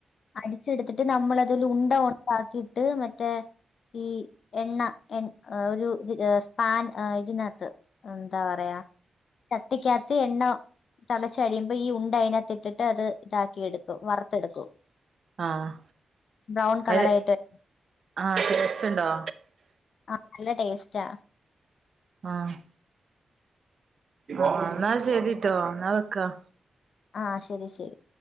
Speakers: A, on the left (about 65°); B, on the right (about 50°).
A: അടിച്ചെടുത്തിട്ട് നമ്മള് അതിൽ ഉണ്ടകൊ ണ്ടാക്കിട്ട് മറ്റേ ഈ എണ്ണ എ ആ ഒരു ഇ സ്പാൻ ഇതിനാത്ത് എന്താ പറയാ ചട്ടിക്കാത്ത് എണ്ണ തെളച്ചഴിയുമ്പോ ഈ ഉണ്ട അതിനാത്ത് ഇട്ടിട്ട് അത് ഇതാക്കി എടുക്കും വറുത്തെടുക്കും
B: ആഹ്
A: ബ്രൗൺ കളറായിട്ട്
B: അത് ആഹ് <inaudible> ണ്ടോ
A: ആഹ് നല്ല ടേസ്റ്റാ
B: ആഹ് ആഹ് ഇന്നാ ശെരിട്ടോ ഇന്നാ വെക്ക
A: ആഹ് ശെരി ശെരി